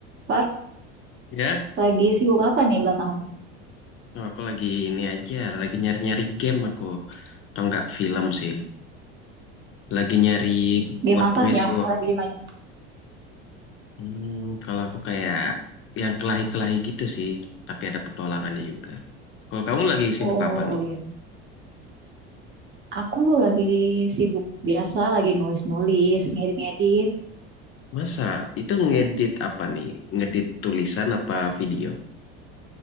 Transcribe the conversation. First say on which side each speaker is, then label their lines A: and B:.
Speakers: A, on the right; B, on the left.
A: Par,
B: Ya,
A: lagi sibuk apa nih belakangan?
B: oh, aku lagi ini aja, lagi nyari-nyari game aku. Atau enggak film sih. Lagi nyari
A: Game
B: buat
A: apa
B: pengisi
A: yang
B: waktu.
A: lagi dimainin?
B: Hmm, kalau aku kayak yang kelahi-kelahi gitu sih, tapi ada petualangannya juga. Kalau kamu lagi sibuk
A: Oh
B: apa nih?
A: iya, aku lagi sibuk biasa, lagi nulis-nulis, ngedit-ngedit.
B: Masa itu ngedit apa nih? Ngedit tulisan apa video?